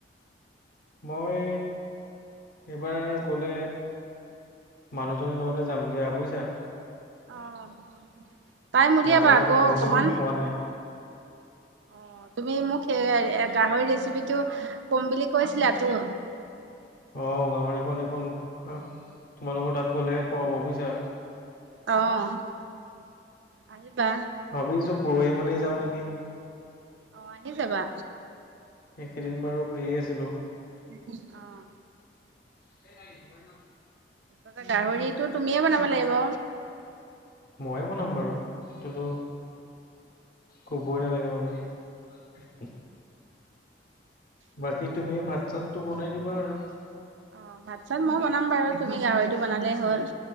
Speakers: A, on the left; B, on the right.
A: মই এইবাৰ গ'লে মানুহজনীৰ লগতে যাম দিয়া বুজিছা।
B: আহ! টাইম উলিয়াবা
A: গাহৰি
B: আকৌ
A: অকণ বহুত
B: অকনমান?
A: দিন হ'ল খোৱা নাই।
B: অ' তুমি মোক সেই গাহৰি ৰেচিপিটো কম বুলি কৈছিলা তো?
A: অ গাহৰিখন এইখন <unintelligible> তোমালোকৰ তাত গলেহে খুৱা হ'ব বুজিছা।
B: অ' আহিবা।
A: ভাবিছো পৰহি মানেই যাওঁ নেকি?
B: আহ! আহি যাবা।
A: এইকেইদিন বাৰু ফ্ৰী আছিলোঁ।
B: <inaudible> অ'!
A: <inaudible> ন
B: তাৰ <unintelligible> গাহৰিটো তুমিয়ে বনাব লাগিব।
A: ময়ে বনাম বাৰু, সেইটোতো কবই নালাগে বাৰু। <unintelligible> বাকী তুমি ভাত চাতটো বনাই দিবা আৰু
B: অ'! ভাত-চাত মই বনাম বাৰু। তুমি গাহৰিটো বনালেই হ'ল?